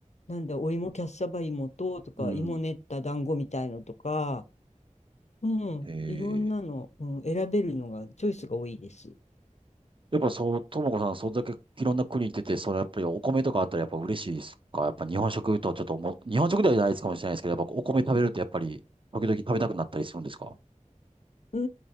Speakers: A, on the left; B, on the right.
A: なんだ、お芋、キャッサバ芋と、とか、
B: うん。
A: 芋練った団子みたいのとか、うん、
B: ええ
A: いろんなの、うん、選べるのが、チョイスが多いです。
B: やっぱそう、ともこさん、それだけいろんな国行ってて、それやっぱりお米とかあったらやっぱ嬉しいですかやっぱ日本食とはちょっともう、日本食ではないですかもしれないですけど、やっぱお米食べるってやっぱり、時々食べたくなったりするんですか
A: うー